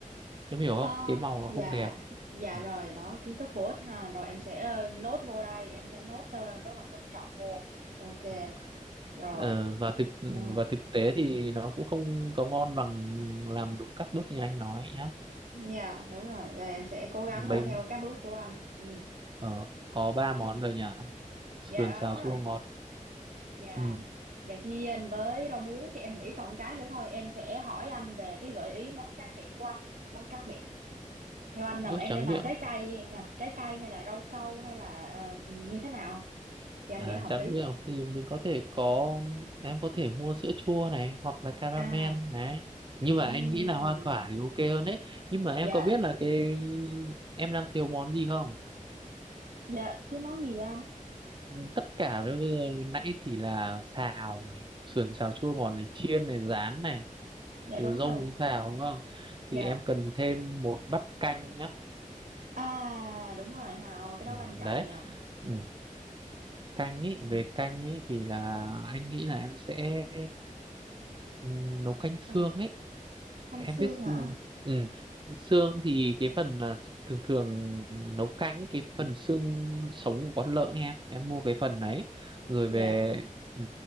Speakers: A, on the right (about 35°); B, on the right (about 75°).
A: em hiểu không
B: à,
A: cái màu nó
B: dạ,
A: không đẹp
B: dạ
A: Ừ.
B: rồi, đó, kiến thức bổ ích ha, rồi em sẽ ờ, nốt vô đây, em sẽ nốt ờ, rất là cẩn trọng vô, ok,
A: Ừ.
B: rồi,
A: Ờ, và thực ừ,
B: ừ.
A: và thực tế thì nó cũng không có ngon bằng làm đúng các bước như anh nói nhá
B: Dạ đúng rồi rồi em sẽ cố gắng ờ,
A: bây
B: theo các bước của anh ừ.
A: ờ, có ba món rồi nhỉ sườn
B: Dạ ba
A: xào
B: món
A: chua
B: rồi
A: ngọt
B: gà
A: ừ.
B: gà chiên với rau muống thì em nghĩ còn cái nữa thôi em sẽ hỏi anh về cái gợi ý món tráng miệng của anh đi món tráng miệng theo anh là
A: ướp
B: em
A: tráng
B: nên làm
A: miệng
B: trái cây à, trái cây hay là rau câu hay là ờ, như thế nào thì anh
A: à,
B: nghĩ là hợp
A: tráng
B: lý
A: miệng thì mình có thể có em có thể mua sữa chua này hoặc là caramel
B: à
A: này nhưng
B: ừm,
A: mà anh nghĩ là hoa quả thì ok hơn đấy nhưng mà em
B: dạ
A: có biết là cái em đang thiếu món gì không
B: dạ thiếu món gì vậy anh
A: Ừ, tất cả bây giờ nãy chỉ là xào này sườn xào chua ngọt này chiên này rán này
B: dạ
A: rồi
B: đúng rồi
A: rau muống xào đúng không thì
B: dạ
A: em cần thêm một bát canh nhá
B: à đúng rồi ha ờ, cái đó
A: Ừ,
B: quan trọng
A: đấy
B: nhờ
A: Ừ, canh ý
B: ừ.
A: về canh ý thì là anh nghĩ là em sẽ ừ, nấu canh xương
B: ờ,
A: ấy
B: canh
A: em
B: xương
A: biết xương-
B: hả anh
A: ừ. xương thì cái phần là thường thường nấu canh ý, cái phần xương sống của con lợn ấy em em mua cái phần đấy rồi
B: dạ
A: về ừ,